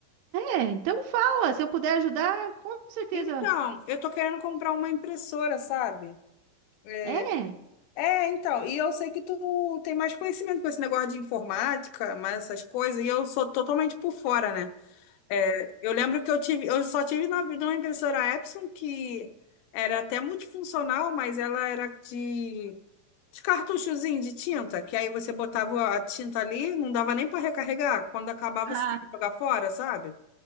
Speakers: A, on the right (about 80°); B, on the left (about 80°).
A: É, então fala, se eu puder ajudar, com certeza.
B: Então, eu tô querendo comprar uma impressora, sabe? É,
A: É,
B: é, então, e eu sei que tu tem mais conhecimento com esse negócio de informática, mais essas coisas, e eu sou totalmente por fora, né? É, eu lembro que eu tive, eu só tive na vida uma impressora Epson que era até multifuncional, mas ela era de Os cartuchozinhos de tinta, que aí você botava a tinta ali, não dava nem para recarregar. Quando acabava,
A: ah,
B: você tinha que jogar fora, sabe?